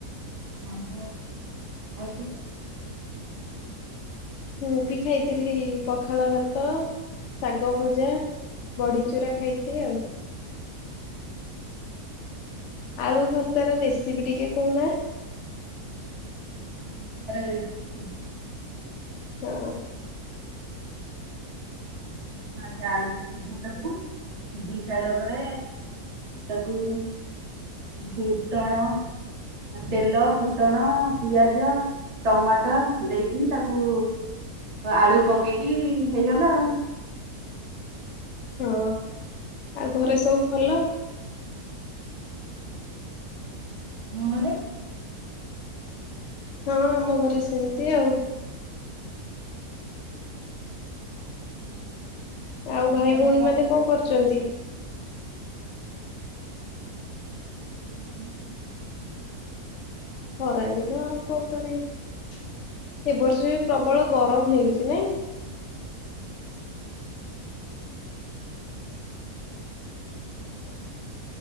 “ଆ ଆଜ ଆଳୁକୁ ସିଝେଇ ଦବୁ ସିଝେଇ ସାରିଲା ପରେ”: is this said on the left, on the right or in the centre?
Right